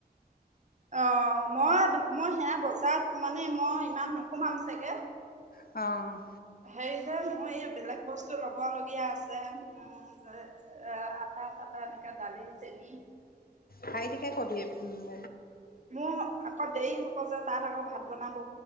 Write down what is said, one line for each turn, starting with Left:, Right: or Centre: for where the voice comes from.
Right: অ' মই, মই সেয়া বজাৰত, মানে মই ইমান নোসোমাম চাগে।
Left: অ'!
Right: হেৰি যে, মই এয়া বেলেগ বস্তু ল'ব লগীয়া আছে। অ আটা চাটা এনেকা। ডালি, চেনী।
Left: খাই থিকাই কবি, উম
Right: মোৰ আকৌ দেৰি হ'ব যে, তাত আকৌ ভাত বনাব